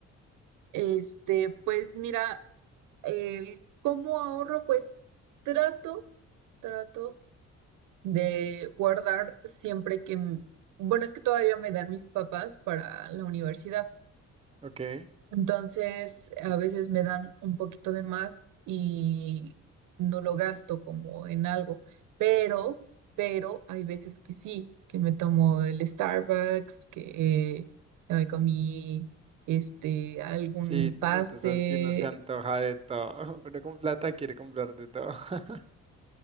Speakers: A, on the right; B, on the right.
A: Este, pues mira, el cómo ahorro, pues trato, trato de guardar siempre que, m- bueno, es que todavía me dan mis papás para la universidad.
B: Ok.
A: Entonces, a veces me dan un poquito de más y no lo gasto como en algo, pero, pero hay veces que sí, que me tomo el Starbucks, que eh, me comí este, algún
B: Sí,
A: paste,
B: no, tú sabes que uno se antoja de todo. <laughs> Uno con plata quiere comprar de todo. <laughs>